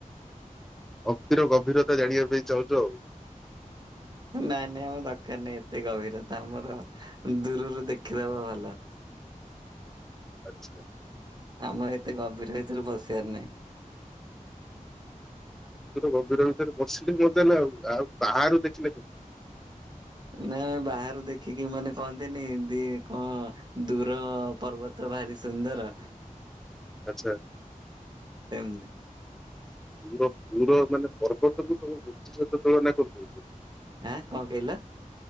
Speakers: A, in the centre; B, on the right (about 30°).
A: ଭକ୍ତିର ଗଭୀରତା ଜାଣିବା ପାଇଁ ଚାହୁଁଛୁ ଆଉ।
B: ନାଇଁ ନାଇଁ ଆମ ଦରକାର ନାଇଁ ଏତେ ଗଭୀର ତ ଆମର ଦୂରରୁ ଦେଖିଦବା ଭଲ।
A: ଆଚ୍ଛା।
B: ଆମର ଏତେ ଗଭୀର ଭିତରେ ପସିବାର ନାହିଁ।
A: ଗଭୀର ଭିତରେ ପସିଲେ ମଜାନା ଆଉ ବାହାରୁ ଦେଖିଲେ କ
B: ନା ବାହାରୁ ଦେଖିକି ମାନେ କହନ୍ତିନି ଦି କଣ ଦୂର ପର୍ବତ ଭାରି ସୁନ୍ଦର।
A: ଆଚ୍ଛା।
B: ସେମିତି।
A: ଦୂର ଦୂର ମାନେ ପର୍ବତକୁ ତମ <unintelligible> ସହିତ ତୁଳନା କରିଦଉଛ।
B: ହଁ କଣ କହିଲ?